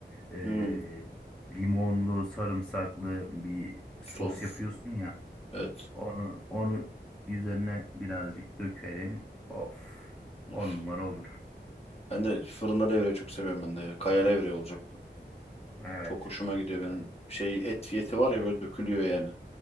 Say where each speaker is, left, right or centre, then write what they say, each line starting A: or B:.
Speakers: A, in the centre; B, on the left (about 35°).
A: Ee,
B: Hmm,
A: limonlu, sarımsaklı bir sos
B: sos.
A: yapıyorsun ya.
B: Evet.
A: Onu, onu üzerine birazcık dökerim. Of,
B: Üf.
A: on numara olur.
B: Ben de fırında levreyi çok seviyorum ben de ya. Kaya levreği olacak.
A: Evet.
B: Çok hoşuma gidiyor benim. Şey et eti var ya böyle dökülüyor yani.